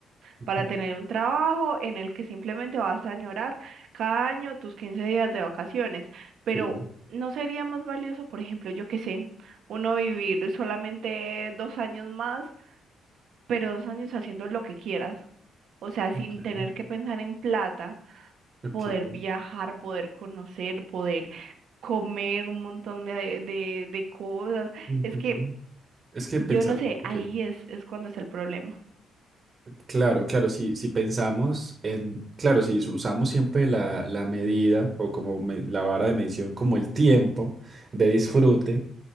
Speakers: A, on the right; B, on the right.
A: ujú,
B: para tener un trabajo en el que simplemente vas a añorar cada año tus 15 días de vacaciones, pero
A: Sí.
B: ¿no sería más valioso, por ejemplo, yo qué sé, uno vivir solamente dos años más, pero dos años haciendo lo que quieras, o sea, sin
A: Ok.
B: tener que pensar en plata?
A: ok,
B: poder viajar, poder conocer, poder comer un montón de, de, de cosas.
A: ujú.
B: Es que
A: Es que
B: yo
A: pensar,
B: no sé,
A: ok.
B: ahí es, es cuando está el problema.
A: Claro, claro, si, si pensamos en, claro, si usamos siempre la, la medida o como me- la vara de medición como el tiempo de disfrute,